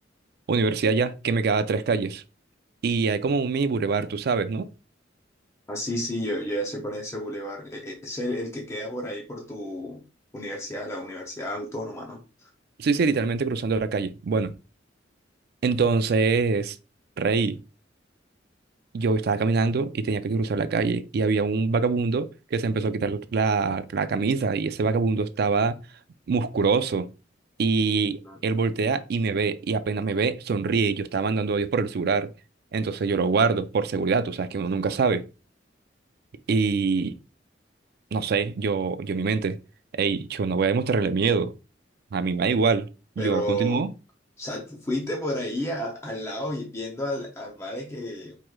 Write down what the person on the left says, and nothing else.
Ah, sí, sí, yo, yo ya sé cuál es ese bulevar. E- e- Es el, el que queda por ahí por tu universidad, la Universidad Autónoma, ¿no?
Ujú.
Pero,
o sea, tú fuiste por ahí a- al lado y viendo al, al vale que,